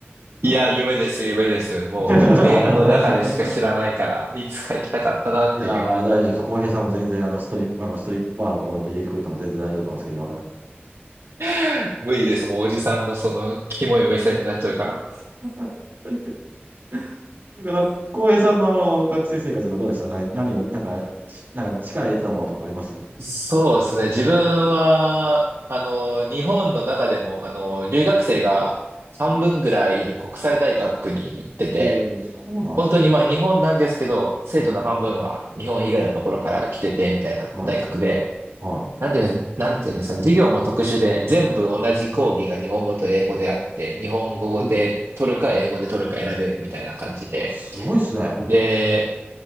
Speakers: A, on the right (about 55°); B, on the right (about 80°).
A: うん
B: いや、夢です、夢です。もう映画の中でしか知らないから、
A: <laughs>
B: いつか行きたかったなっていう。
A: いやー、大丈夫です。浩平さんも全然あのストリップ、あのストリッパーをこうやって入れてくれても全然大丈夫と思うんですけど、今から。
B: <laughs> 無理です、もうおじさんのその、キモい目線になっちゃうから。
A: <laughs> だから、浩平さんのあの学生生活がどうでしたな何を、なんか、しなんか力入れてたものとかあります
B: そうですね、自分は、あの、日本の中でも、あの、留学生が半分ぐらいいる国際大学に行ってて、
A: おおー、そうなんですね。
B: 本当にまあ日本なんですけど、生徒の半分は日本以外のところから来てて、
A: うん。
B: みたいな大学で、
A: はい。はい。
B: なんていうの、なんていうんですかね、授業も特殊で、全部同じ講義が日本語と英語であって、日本語で取るか英語で取るか選べるみたいな感じで。
A: ほう。あ、すごいっすね。
B: で、